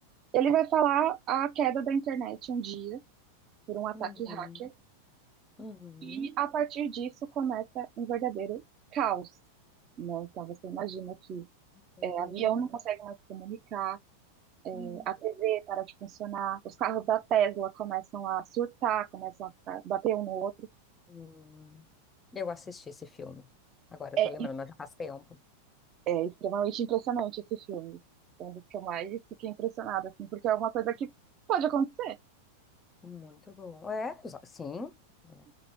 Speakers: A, on the right; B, on the left.
A: Ele vai falar a queda da internet um dia por um ataque
B: Uhum.
A: hacker
B: Uhum.
A: e a partir disso começa um verdadeiro caos, né? Então você imagina que
B: Uhum.
A: é, avião não consegue mais se comunicar, é,
B: Uhum.
A: a TV para de funcionar, os carros da Tesla começam a surtar, começam a ficar- bater um no outro.
B: Hum, eu assisti esse filme. Agora eu
A: É,
B: tô lembrando, mas já faz tempo.
A: é extremamente impressionante esse filme. É um dos que eu mais fiquei impressionada, assim, porque é uma coisa que pode acontecer.
B: Muito bom. É, os- sim, é,